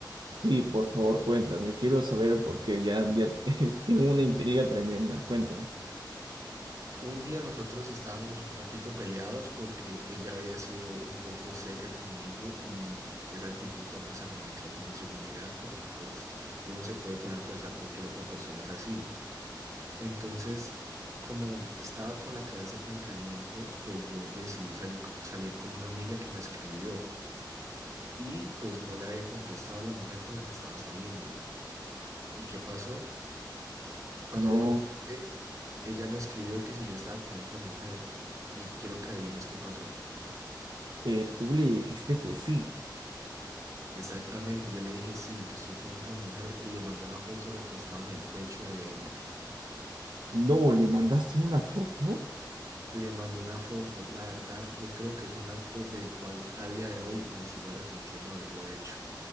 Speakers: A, on the right; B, on the right.
A: Sí, por favor, cuéntame. Quiero saber porque ya, ya <laughs> tengo una intriga tremenda. Cuéntame.
B: Un día nosotros estábamos un poquito peleados porque ella había sido un poco seca conmigo y esa actitud ta- pues a mí me causa una inseguridad porque pues uno se puede poner a pensar por qué la otra persona es así. Entonces, como estaba con la cabeza tan caliente, pues yo decidí salir, co- salir con una amiga que me escribió y pues no le había contestado a la mujer con la que estaba saliendo. ¿Y qué pasó? Cuando
A: No,
B: le conté, ella me escribió que si yo estaba con otra mujer y quiero que adivines qué pasó.
A: eh, tú le dijiste que sí.
B: Exactamente, yo le dije sí, estoy con otra mujer y le mandé una foto recostado en el pecho de ella.
A: No, le mandaste una foto.
B: Le mandé una foto, la verdad, yo creo que es un acto del cual a día de hoy me sigo arrepintiendo de haberlo hecho.